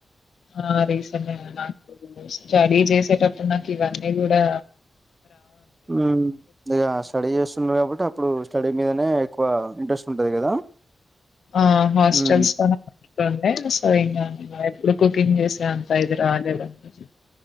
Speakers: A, on the left; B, on the right.
A: ఆ రీసెంట్ గా నాకు స్టడీ చేసేటప్పుడు నాకు ఇవన్నీ గూడా
B: మ్మ్ ఇగ స్టడీ చేస్తున్నారు కాబట్టి అ ప్పుడు స్టడీ మీదనే ఎక్కువ ఇంట్రెస్ట్ ఉంటది కదా
A: ఆ హాస్టల్స్
B: ఉమ్
A: లోనే <inaudible> సో ఇకా ఇంగా ఎప్పుడు కుక్కింగ్ చేసే అంత ఇది రాలేదండి.